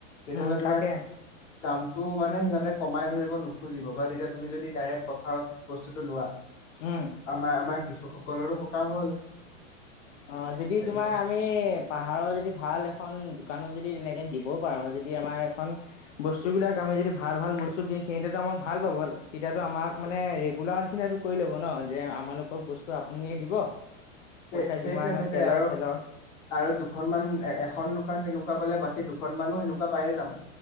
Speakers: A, on the left; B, on the left.
A: তেতিয়া
B: উম,
A: হ'লে তোমাৰ,
B: তাকে
A: টো মানে সিহঁতে কম ধব নোখোজিব বা তেতিয়া তুমি যদি ডাইৰেক্ট পথাৰত বস্তুটো লোৱা।
B: উম।
A: আমাৰ আমাৰ কৃষকসকলৰো সকাহ হ'ল।
B: অ যদি
A: হেৰি
B: তোমাৰ
A: হ'ল।
B: আমি। পাহাৰৰ যদি ভাল এখন দোকানত যদি তেনেকে দিবও পাৰো যদি আমাৰ এখন বস্তু বিলিলাক আমি,, মি যদি ভাল ভাল বস্তু দি সেইহো আমাক ভাল পাব তেতিয়াতটো আমাক মানে ৰেগুলাৰ নিচিননাটো কৰি ল'ব ন যে আমালোকক বস্তু আপুনিয়ে দিব। পইচা
A: সেই
B: যিমান
A: সেইটোৱে
B: হয়
A: সেইটোৱে
B: তেলৰ
A: আৰু
B: চেলৰ
A: আৰু দুখনমান এখন দুখন তেনেকুৱা এনেকুৱা গলে বাকী দুখন মানুহ সেনেকোৱা পায়ে যাম